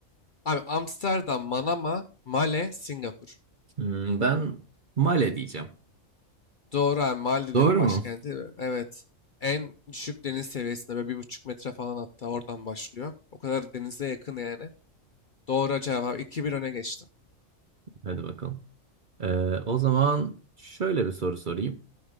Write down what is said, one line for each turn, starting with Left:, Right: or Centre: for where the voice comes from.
Left: Abi Amsterdam, Manama, Male, Singapur.
Right: Hmm, ben Male diyeceğim.
Left: Doğru abi Maldivlerin
Right: Doğru
Left: başkenti.
Right: mu?
Left: ve Evet. En düşük deniz seviyesinde böyle bir buçuk metre falan hatta oradan başlıyor. O kadar denize yakın yani. Doğru cevap abi. 2-1 öne geçtin.
Right: Hadi bakalım. Ee, o zaman şöyle bir soru sorayım.